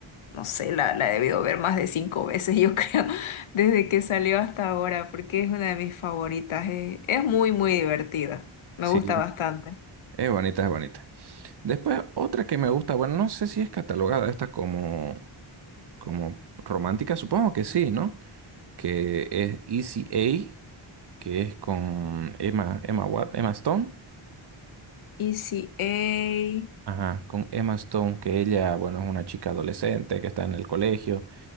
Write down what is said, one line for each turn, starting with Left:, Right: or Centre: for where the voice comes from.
Left: no sé, la, la he debido ver más de cinco veces, yo creo, <laughs> desde que salió hasta ahora, porque es una de mis favoritas. eh. Es muy, muy divertida. Me
Right: Sí,
Left: gusta bastante.
Right: es bonita, es bonita. Después, otra que me gusta, bueno, no sé si es catalogada esta como, como romántica, supongo que sí, ¿no? que es Easy A, que es con Emma, Emma Wat- Emma Stone.
Left: Easy A.
Right: Ajá, con Emma Stone, que ella, bueno, es una chica adolescente que está en el colegio